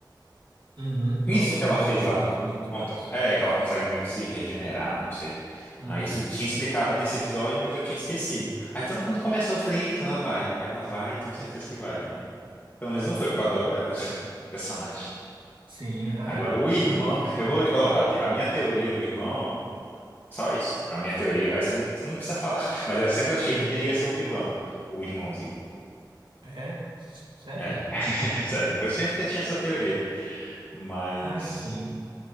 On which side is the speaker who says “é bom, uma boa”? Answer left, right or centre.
Right